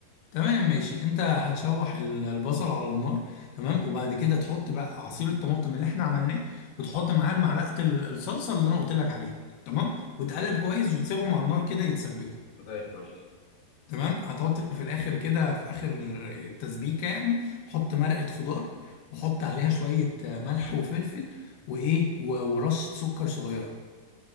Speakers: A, on the left; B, on the left.
A: تمام ماشي انت هتشوح ال- البصل على النار تمام وبعد كده تحط بقى عصير الطماطم اللي احنا عملناه وتحط معاه معلقه ال- الصلصه اللي انا قلت لك عليها تمام وتقلب
B: ماشي
A: كويس وتسيبهم على النار كده يتسبكوا
B: زي الفل
A: تمام هتحط في الاخر كده في اخر التسبيكه يعني حط مرقه خضار وحط عليها شويه آه، ملح وفلفل وايه و- ورشه سكر صغيره